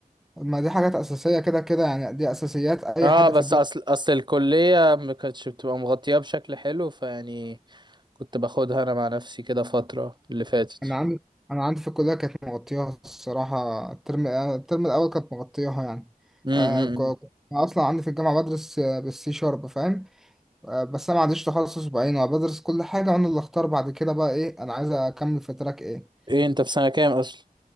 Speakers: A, in the centre; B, on the right.
A: ما دي حاجات اساسية كده كده يعني دي اساسيات اي
B: اه
A: حد
B: بس
A: في الدنيا
B: اصل اصل الكلية ما كانتش بتبقى مغطية بشكل حلو فيعني كنت باخدها انا مع نفسي كده فترة اللي فاتت
A: انا عندي انا عندي في الكليه كانت مغطياها الصراحه الترم الترم الاول كانت مغطياها يعني
B: امم
A: آه ك- انا اصلا عندي في الجامعه بدرس آه، بالسي شارب فاهم آه بس انا ما عنديش تخصص بعينه انا بدرس كل حاجه وانا اللي اختار بعد كده بقى ايه انا عايز اكمل في تراك ايه
B: ايه انت في سنة كام اصلا